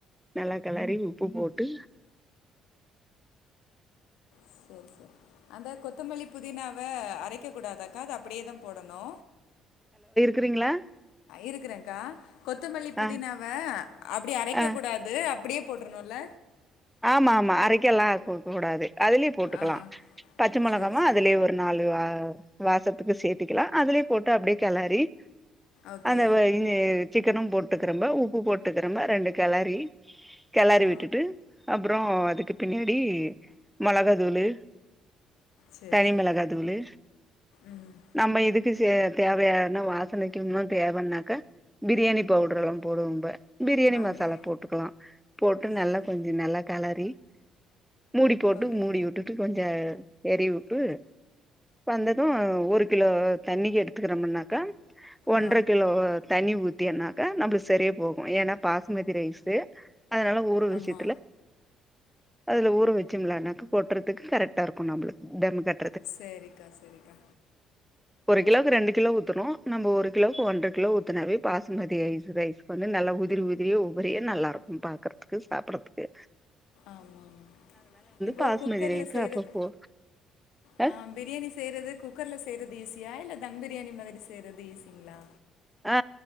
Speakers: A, in the centre; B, on the left.
A: நல்லா கெளறி உப்பு போட்டு
B: செரி செரி அதா கொத்தமல்லி புதினாவ அரைக்க கூடாத க்கா அது அப்படியேதா போடணு
A: குறீங்களா
B: இருக்கறேன்க்கா கொத்தமல்லி புதினாவ
A: ஆ
B: அப்டி அரைக்க
A: ஆ
B: கூடாது அப்டியே போட்ருணுல
A: ஆமா ஆமா அரைக்க எல்லாம் கு கூடாது அதுலயே போட்டுக்கலா
B: ஆ
A: பச்ச மொளகாவு
B: சரி சரி
A: அதுலயே ஒரு நாலு ஆ வாசத்துக்கு சேத்திக்கலா அதுலயே போட்டு அப்டியே கெளறி
B: ஓகே
A: அந்த அ இது சிக்கனும் போட்டுக்கிறம்ப உப்பு போட்டுக்கிறம்ப ரெண்டு கெளறி கெளறி
B: ஆ
A: விட்டுட்டு அப்புறோம் அதுக்கு பின்னாடி மொளகாதூளு
B: சரி
A: தனி
B: சரி
A: மிளகாதூளு
B: ம்
A: நம்ம இதுக்கு தேவையான வாசனைக்கு இன்னும் தேவைனாக்கா பிரியாணி பவுடர் எல்லாம் போடுவோம் நம்ம பிரியாணி
B: ஆமா
A: மசாலா போட்டுக்கலா போட்டு நல்லா
B: சரி
A: நல்ல கெளரி மூடி போட்டு
B: ஓகே
A: மூடி வுட்டுட்டு கொஞ்சம் எ எரிய உட்டு வந்ததும் ஒரு ஒரு கிலோ தண்ணி எடுத்துக்கிறோமுனாக்கா ஒன்ற
B: ஆ
A: கிலோ தண்ணி ஊத்தி ஊத்தினாக்கா நம்மளுக்கு சரியா போகும் ஏன்னா பாஸ்மதி ரைஸ்சு அதனால ஊற வெச்சு
B: ஆமா
A: அதுல ஊற வச்சும்லானாக்க கொட்டுறதுக்கு கரெக்டா இருக்கும் நம்மளுக்கு தம் கட்
B: சரிக்கா சரிக்கா
A: ஒரு கிலோக்கு ரெண்டு கிலோ ஊத்தணும் நம்ம ஒரு கிலோவுக்கு ஒன்ற கிலோ ஊத்தினாவே பாசுமதி ஐஸ் ரைஸ் வந்து நல்லா உதிரி உதிரியே உபரியா நல்லா இருக்கும் பாக்கறதுக்கு சாப்ற சாப்புட்றத்துக்கு
B: ஆமா இப்போ
A: பாசுமதி
B: குக்கர்ல
A: ரைஸ்
B: செய்றது
A: அப்பப்போ
B: ஆ
A: அ
B: பிரியாணி செய்றது குக்கர்ல செய்றது ஈசியா இல்ல தம் பிரியாணி மாதிரி செய்றது ஈசிங்களா
A: அ